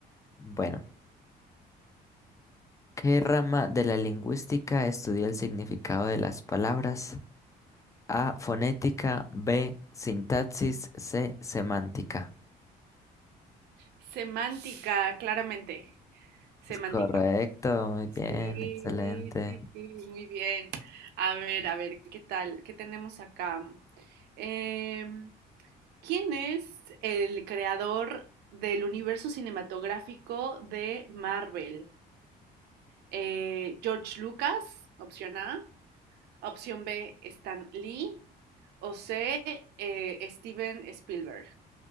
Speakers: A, on the left (about 20°); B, on the right (about 75°).
A: Bueno. ¿Qué rama de la lingüística estudia el significado de las palabras? A. Fonética. B. Sintaxis. C. Semántica.
B: Semántica, claramente. Semántica.
A: Es correcto, muy bien,
B: Sí,
A: excelente.
B: sí, sí, muy bien. A ver, a ver, ¿qué tal? ¿Qué tenemos acá? Em, ¿quién es el creador del universo cinematográfico de Marvel? Eh, George Lucas, opción A. Opción B, Stan Lee. O C, eh, Steven Spielberg.